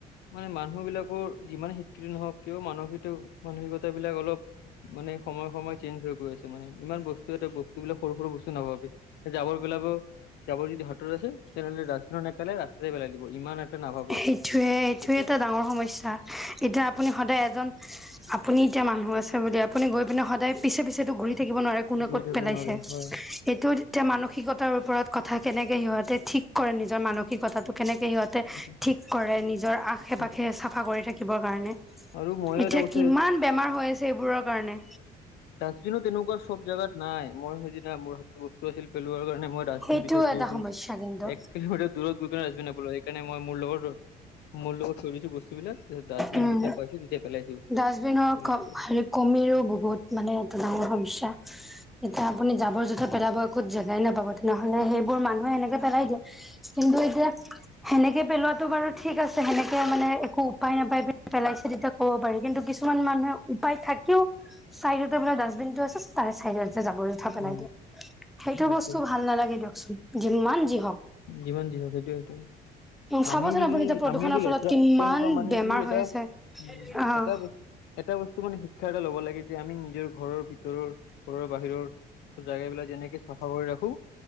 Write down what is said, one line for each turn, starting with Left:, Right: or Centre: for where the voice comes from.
Left: মানে মানুহ বিলাকৰো যিমান শিক্ষিত নহওক কিয় মানসিকটো মানসিকতা বিলাক অলপ মানে সময় সময় চেঞ্জ হৈ গৈছে মানে ইমান বস্তু এটা বস্তু বিলাক সৰু সৰু বস্তু নাভাবে যাব পেলাব যাবৰ যদি হতত আছে তেনেহ'লে ডাষ্টবিনত নেপেলাই ৰাস্তাতে পেলাই দিব ইমান এটা নাভাবে
Centre: সেইটোয়ে, এইটোয়ে
Left: সেইটোয়ে
Centre: এটা ডাঙৰ সমস্যা। এতিয়া আপুনি সদায় এজন আপুনি এতিয়া মানুহ আছে বুলি, আপুনি গৈ পিনে সদায় পিছে পিছেতটো ঘূৰি থাকিব নোৱাৰে কোনে
Left: ঘূৰি
Centre: ক'ত
Left: থাকিব
Centre: পেলাইছে।
Left: নোৱাৰে হয়
Centre: এইটো এতিয়া মানসিকতাৰ ওপৰত কথা কেনেকে সিহঁতে ঠিক কৰে। নিজৰ মানসিকতাটো কেনেকে সিহঁতে
Left: সেইটো-
Centre: ঠিক কৰে নিজৰ আশে-পাশে
Left: সেইটো।
Centre: চাফা কৰি থাকিবৰ কাৰণে।
Left: আৰু মইও
Centre: এতিয়া
Left: এটা বস্তু
Centre: কিমান বেমাৰ হৈ আছে এইবোৰৰ কাৰণে।
Left: ডাষ্টবিনত তেনেকুৱা চব জোগাত নাই। মই সেইদিনা মোৰ হাতত বস্তু আছিল পেলোৱাৰ কাৰণে মই মই ডাষ্টবিন
Centre: সেইটোও
Left: বিচাৰি
Centre: এটা
Left: আছো।
Centre: সমস্যা কিন্তু
Left: এক কিলোমিটাৰ দূৰত ডাষ্টবিন নাপালো সেইকাৰণে মই মোৰ লগত, মোৰ লগত থৈ গৈছো বস্তুবিলাক তাৰপিছত ডাষ্টবিন
Centre: উম
Left: যেতিয়া পাইছো তেতিয়া পেলাইছো
Centre: ডাষ্টবিনৰ
Left: তেনেকুৱা
Centre: ক, ‌ হেৰি কমি বহুত মানে এটা ডাঙৰ সমস্যা। এতিয়া আপুনি জাবৰ-জোথৰ পেলাব একোত জেগাই নাপাব, তেনেহ'লে সেইবোৰ মানুহে এনেকে পেলাই দিয়ে। কিন্তু এতিয়া সেনেকে পেলোৱাতটো বাৰু ঠিক আছে, সেনেকে মানে একো উপায় নাপাই উপায় পেলে পেলাইছে তেতিয়া ক'ব পাৰি, কিন্তু কিছুমান মানুহে উপায় থাকিও চাইডতো বোলে ডাষ্টবিনটো আছে তাৰে চাইড জাবৰ-জোথৰ পেলাই
Left: অ
Centre: দিয়ে। সেইটো
Left: সেইটোৱে
Centre: বস্তু ভাল নালাগে দিয়কচোন যিমান যি হওঁক।
Left: যিমান যি হওঁক সেইটোযৱে সেইটোৱে,
Centre: চাবচোন
Left: আমি যদি
Centre: আপুনি এতিয়া প্ৰদূষণৰ
Left: আমি যদি
Centre: ফলত
Left: লেতেৰা
Centre: কিমান
Left: তেনেকুৱা মানে
Centre: বেমাৰ
Left: কি এটা
Centre: হৈ আছে।
Left: উম,
Centre: অ',
Left: এটা বস্তু, এটা বস্তু মানে শিক শিক্ষা এটা ল'ব লাগে যে আমি নিজৰ ঘৰৰ ভিতৰৰ, ঘৰৰ বাহিৰৰ চব জোগাব বিলাক যেনেকে চাফা কৰি ৰাখোঁ।